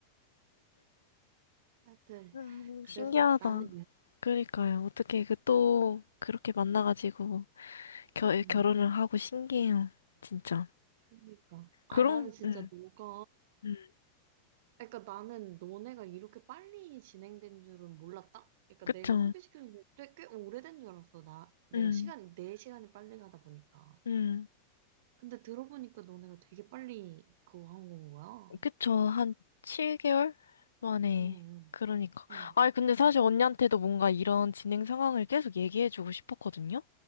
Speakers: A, on the right (about 50°); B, on the left (about 70°).
A: 하여튼,
B: 음,
A: 그랬었다네.
B: 신기하다. 그러니까요. 어떻게 그 또 그렇게 만나가지고. 겨,
A: 음,
B: 결혼을 하고 신기해요. 진짜.
A: 그러니까. 아,
B: 그럼,
A: 나는 진짜
B: 응,
A: 너가
B: 응,
A: 그러니까 나는 너네가 이렇게 빨리 진행된 줄은 몰랐다? 그러니까
B: 그쵸.
A: 내가 소개시키는 게 꽤, 오래된 줄 알았어. 나, 내가
B: 응,
A: 시간, 내 시간이 빨리 가다 보니까.
B: 응,
A: 근데 들어보니까 너네가 되게 빨리 그거 한 건 거야.
B: 그쵸. 한 7개월 만에.
A: 응, 응,
B: 그러니까.
A: 응.
B: 아니, 근데 사실 언니한테도 뭔가 이런 진행 상황을 계속 얘기해주고 싶었거든요?